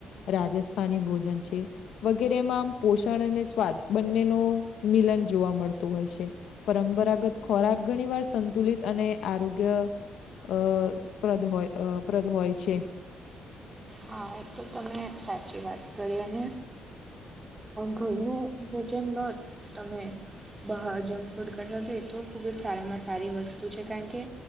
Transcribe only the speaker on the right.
હા તમે સાચી વાત કરી અને ઘરનું ભોજન લો તમે. બહાર જંક ફૂડ કરતા તો એ તો ખૂબ જ સારામાં સારી વસ્તુ છે કારણ કે,